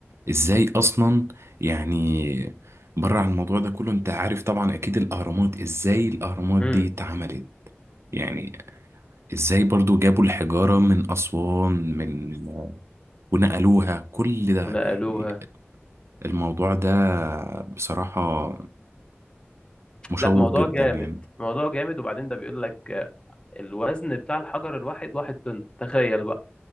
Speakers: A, on the right (about 80°); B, on the left (about 20°).
A: ازاي اصلا يعني بره عن الموضوع ده كله انت عارف طبعا اكيد الاهرامات ازاي الاهرامات
B: مم.
A: دي اتعملت يعني ازاي برضو جابوا الحجارة من اسوان من ونقلوها كل ده
B: ونقلوها
A: يعني الموضوع ده بصراحة مشوق
B: لا موضوع
A: جدا
B: جامد
A: يعني
B: موضوع جامد وبعدين ده بيقول لك آه، الوزن بتاع الحجر الواحد واحد طن تخيل بقى